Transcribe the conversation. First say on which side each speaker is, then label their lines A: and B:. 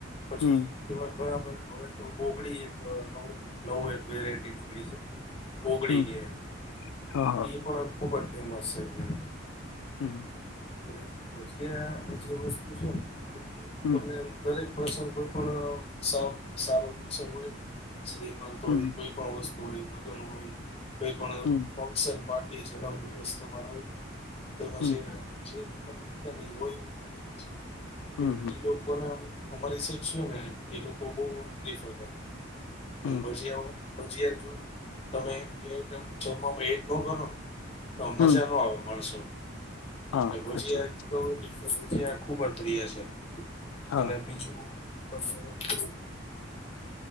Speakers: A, on the left (about 30°); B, on the left (about 85°).
A: પછી
B: હમ
A: તેમાં બરાબર હવે તો બોગડી એક નવું નવું એક વેરાયટી નીકળી છે. ઓગળી
B: હમ
A: કે એને
B: હા હા
A: ઈ પણ અબ બહબત ફેમસ છે અત્યારે.
B: હમ્મ, હમ્મ.
A: <inaudible> ભજીયા જે વસ્તુ છે ને
B: હમ
A: તમને દરેક પ્રસંગ પર થોડો આ સાવ-સારો પ્રસંગ હોય ને શ્રીમંત હોય
B: હમ
A: કોઈ પણ વસ હોળી લગન હોય કોઈ પણ ઓલો
B: હમ
A: ફશન પા એ જન્મ દિવસ તમારો હોય
B: હમ
A: ને તો ભજીયા ના ભજીયા ના તમે કીધા ન હોય હોય ને હોય જ. કે
B: હમ
A: ઈ લોકોને નો અમુ અમારી સેટ શું ને એ લોકો બહુ આમ પ્રિફર કરે. તમ
B: હમ
A: પછી આઉં ભજીયા જો તમે એ જમ જમવામાં એટગો કરો ને તો મજા
B: હમ
A: નો આવે માણસો
B: હા
A: ને ગુજિયા
B: સાચી વાત
A: એક તો લીફ તો ભુજી આ ખુબ પ્રિય છે
B: હા
A: અને બીજું તમે વાત હત